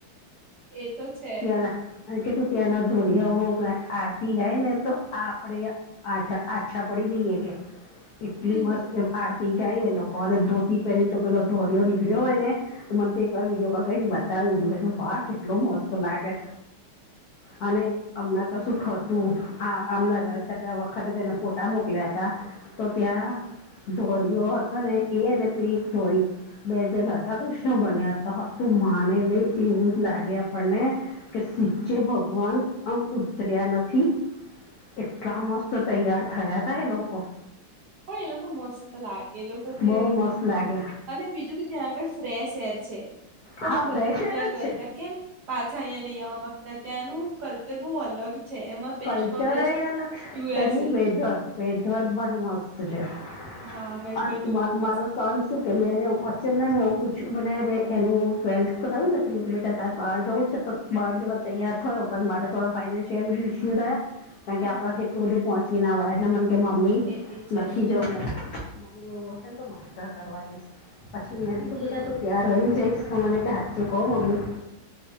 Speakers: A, on the right; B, on the left.
A: એ તો છે.
B: રા અને કીધું ત્યાંના ધોરિયાઓ આરતી ગાય ને તો આપડે અચ્છા આ્છા પડી જઈએ કે એટલી
A: હમ
B: મસ્ત
A: હ
B: એ આતી <inaudible> તી ધોતી ગાય એ લોકો અને ધોતી પહેરીને તો પેલો ધોરયો નીકળ્યો હોય ને તો મને તો એક વાર વિડીયો કોલ કરીને બતાવ્યું કે વાહ કેટલો મોસ્ત તો લાગે છે <unintelligible> અને હમણાં કશુંક હતું, આ અમના રોલ સાથે આ વખતે તેનના ફોટા મોકલ્યા હતા. તો ત્યાં, ધોરીઓ હતો ને, એ અને પેલી એક ધોરી. બે જણ રાધાકૃષ્ણ બન્યા તા, તું માને નઈ એવી લાગે આપણ આપને, કેસીચે ભગવાન આમ ઉતર્યા નથી. એટલા મસ્ત તૈયાર થયા તા એ લોકો.
A: પણ એ લોકો મસ્ત લાગે, એ લોકો ચી
B: બહુ મસ્ત લાગે.
A: અને બીજું કે ત્યાં આગળ ફ્રેશ એર છે. કોણ
B: હા
A: બધા
B: ફ્રેશ એર
A: ત્યાં
B: જ
A: ગયેલા
B: છે
A: કેમ? પાછા અહીંયા વા માંગતા ત્યાંનું કલ્ચર બહુ અલગ છે એમાં બેસ્ટમાં
B: કલ્ચરે
A: બેસ્ટ
B: અલગ
A: યુએસએ
B: એનું વેધર વેધર પણ મસ
A: હા વેધર
B: <inaudible> અન
A: તો
B: માર
A: બહુ
B: મારો
A: મસ્ત
B: સન શું કે મેં એને વચ્ચે મને મેં એવું પૂછ્યું મને મે એનું ટ્વેલ્થ કરાવ્યું ને ત મને કે બેટા તારે બહાર જવું છે તો બાર જવા તૈયાર થયો, પણ મારે થોડો ફાઈઇનેન્શિયલ- થયા કારણ
A: હા
B: કે, આપણા એટલું બધું પહોંચી ના વળે એટલે મ કે મમ્મી
A: એ બી છે
B: નથી જવું ના હું એવું હશે ને તો માસ્ટર કરવા જઈશ. પછી મેન
A: હમ
B: તું બીધા તું ત્યાં રહી જઈશ. મને કે હાથચું ક મમ્મી